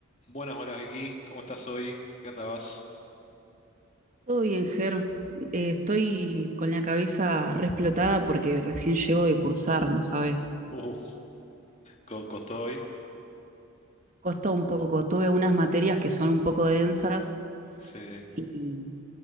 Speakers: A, on the left; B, on the right.
A: Buenas, buenas Vicky, ¿cómo estás hoy? ¿Qué andabas?
B: Todo bien, Ger. Eh, estoy con la cabeza re explotada porque recién llego de cursar, ¿no sabes?
A: Uh, co- costó hoy.
B: Costó un poco. Tuve unas materias que son un poco densas
A: Sí.
B: y,